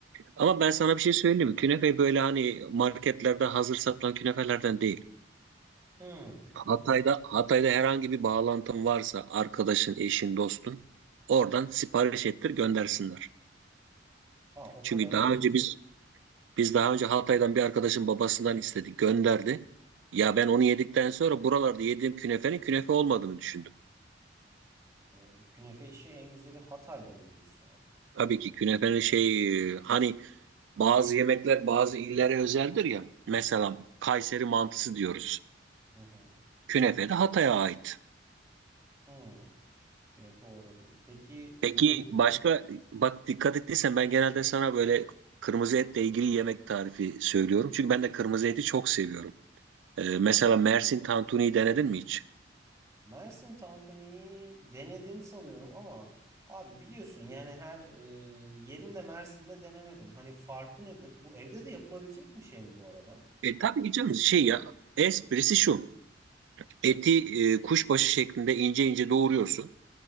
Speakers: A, on the right; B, on the right.
A: Ama ben sana bir şey söyleyeyim mi? Künefe böyle hani marketlerde hazır satılan künefelerden değil.
B: Hmm.
A: Hatay'da Hatay'da herhangi bir bağlantın varsa arkadaşın, eşin, dostun oradan sipariş ettir göndersinler.
B: Aa, o
A: Çünkü
B: kadar
A: daha önce biz biz daha önce Hatay'dan bir arkadaşın babasından istedik, gönderdi. Ya ben onu yedikten sonra buralarda yediğim künefenin künefe olmadığını düşündüm.
B: e, bu künefe işi en güzeli Hatay'da mı diyorsun abi?
A: Tabii ki künefenin şey hani bazı yemekler bazı illere özeldir ya. Mesela Kayseri mantısı diyoruz.
B: Hı hı.
A: Künefe de Hatay'a ait.
B: Hmm. Günefe uğradım. Peki
A: Peki
B: bu
A: başka bak dikkat ettiysen ben genelde sana böyle kırmızı etle ilgili yemek tarifi söylüyorum. Çünkü ben de kırmızı eti çok seviyorum. Ee, mesela Mersin tantuniyi denedin mi hiç?
B: Mersin tantuniyi denedim sanıyorum ama abi biliyorsun yani her e, yerinde Mersin'de denemedim. Hani farkı nedir? Bu evde de yapılabilecek bir şey mi bu arada?
A: E, tabii ki canım şey ya esprisi şu. Eti e, kuşbaşı şeklinde ince ince doğruyorsun.